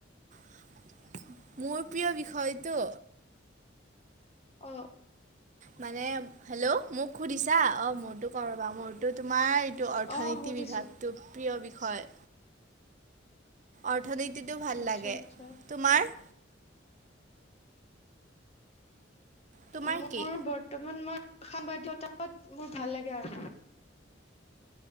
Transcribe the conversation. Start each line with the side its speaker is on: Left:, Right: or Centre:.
Right: <inaudible> মোৰ প্ৰিয় বিষয়টো
Left: অ'!
Right: মানে, হেল্ল'! মোক সুধিছা, অ'! মোৰটো কওঁ ৰ'বা, মোৰতো তোমাৰ, এইটো, অৰ্থনীতি
Left: অ সুধিছো
Right: বিভাগটো প্ৰিয় বিষয়। অৰ্থনীতিটো ভাল
Left: আচ্ছা
Right: লাগে!
Left: আচ্ছা
Right: তোমাৰ? তোমাৰ
Left: মোৰ,
Right: কি
Left: বৰ্তমান মই, সাংবাদিকতাত মোৰ ভাল লাগে আৰু!